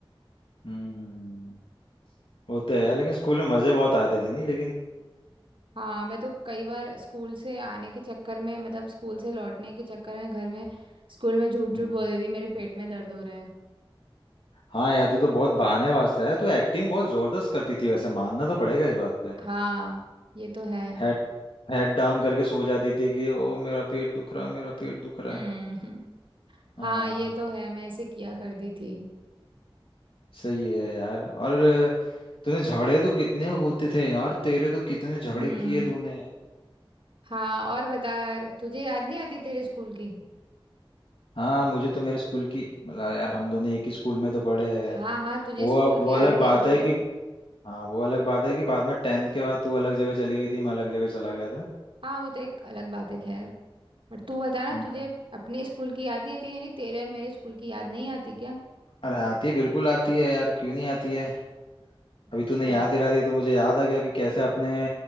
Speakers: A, on the left; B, on the right.
A: हम्म वो तो है यार लेकिन स्कूल में मजे बहुत आते थे नहीं लेकिन
B: हाँ मैं तो कई बार स्कूल से आने के चक्कर में मतलब स्कूल से लौटने के चक्कर में घर में स्कूल में झूठ झूठ
A: हम्म।
B: बोल देती मेरे पेट में दर्द हो रहा है
A: हाँ यार तू तो बहुत बहाने वास्ता है तू एक्टिंग बहुत जबरदस्त करती थी वैसे मानना तो पड़ेगा इस बात पे
B: हाँ ये तो है
A: हेड हेड डाउन करके सो जाती थी कि ओ मेरा पेट दुख रहा है मेरा पेट दुख रहा
B: हम्म
A: है हाँ
B: हाँ ये तो है मैं ऐसे किया करती थी
A: सही है यार और तूने झगड़े तो कितने होते थे यार तेरे तो कितने झगड़े
B: हम्म
A: किए तूने
B: हाँ और बता तुझे याद नहीं आती तेरे स्कूल की
A: हाँ मुझे तो मेरे स्कूल की मतलब यार हम दोनों एक ही स्कूल में तो पढ़े हैं
B: हाँ हाँ तुझे
A: वो
B: स्कूल की
A: वो
B: याद
A: अलग
B: नहीं
A: बात
B: आती
A: है
B: क्या
A: कि हाँ वो अलग बात है कि बाद में टेंथ के बाद तू अलग जगह चली गई थी मैं अलग जगह चला गया था
B: हाँ वो तो एक अलग बात है खैर पर तू बता ना
A: हम्म
B: तुझे अपने स्कूल की याद नहीं आती यानी तेरे और मेरे स्कूल की याद नहीं आती क्या
A: अरे आती है बिल्कुल आती है यार क्यों नहीं आती है
B: अच्छा
A: अभी तूने याद दिला दिया तो मुझे याद आ गया कि कैसे अपने